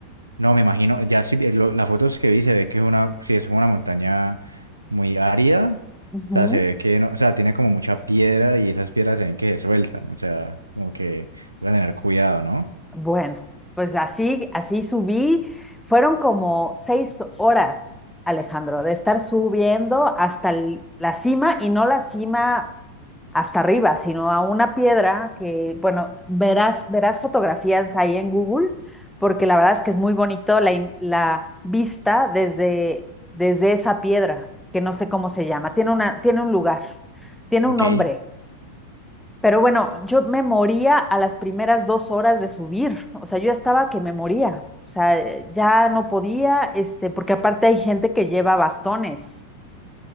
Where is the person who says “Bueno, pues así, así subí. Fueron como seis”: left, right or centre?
Centre